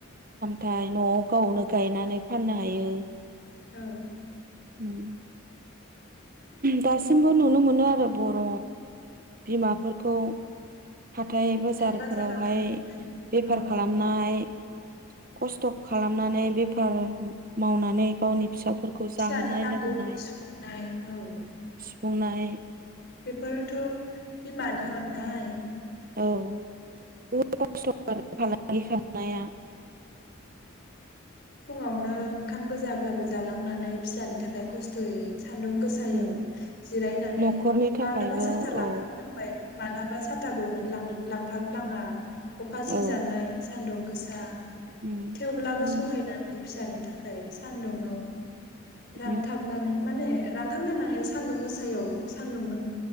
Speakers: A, on the right (about 45°); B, on the left (about 55°).
A: थाय न'आव गावनो गायनानै फाननो हायो ‌।
B: ओं
A: उम दासिमबो नुनो मोनो आरो बर' बिमाफोरखौ हाथाय बाजारफोरावहाय
B: बाजाराव थांनानै
A: बेफार
B: औ
A: खालामनाय खस्थ' खालामनानै बेफार मावनानै गावनि फिसाफोरखौ
B: फिसानि
A: जाहोनाय
B: नांगौखौ
A: लोंहोनाय
B: सुफुंनाय औ
A: बुंनाय
B: बेफोरनोथ' बिमान नि अननाय
A: औ बुहुत <inaudible> नाया
B: फुङावनो ओंखाम गोजाब्लाबो जालांनानै फिसानि थाखाय खस्थ'यै सान्दुं गोसायाव
A: उम
B: जिरायनानै
A: न'खरनि थाखायबो
B: माब्लाबा साथा लांफा
A: औ
B: फ्लांबाय मालाबा साथाबो मोन लां लांफाफ्लाङा अखा सिजानाय
A: औ
B: सान्दुं गो सा
A: उम
B: थेवब्लाबो
A: उम
B: <unintelligible> फिसानि थाखाय सान्दुंङाव रानथाबनानै
A: उम
B: माने रानथाम दोनानै सान्दुं गोसायाव सान्दुंदों